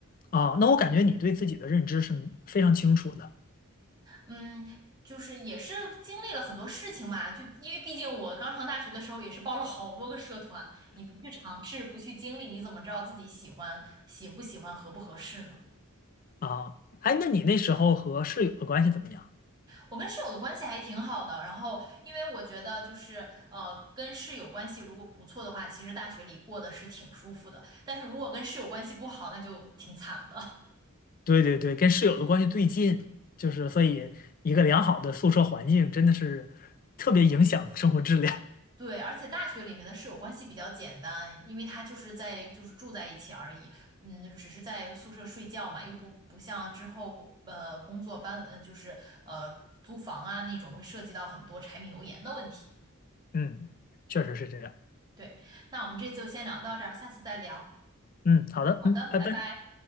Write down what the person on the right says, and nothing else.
嗯，就是也是经历了很多事情嘛，就因为毕竟我刚上大学的时候也是报了好多个社团，你不去尝试，不去经历，你怎么知道自己喜欢、喜不喜欢、合不合适呢？
我跟室友的关系还挺好的，然后因为我觉得就是呃，跟室友关系如果不错的话，其实大学里过得是挺舒服的，但是如果跟室友关系不好，那就挺惨的。
对，而且大学里面的室友关系比较简单，因为他就是在就是住在一起而已，嗯，只是在宿舍睡觉嘛，又不不像之后工呃工作搬呃就是呃租房啊那种会涉及到很多柴米油盐的问题。
对，那我们这次就先聊到这儿，下次再聊。
好的，
拜拜。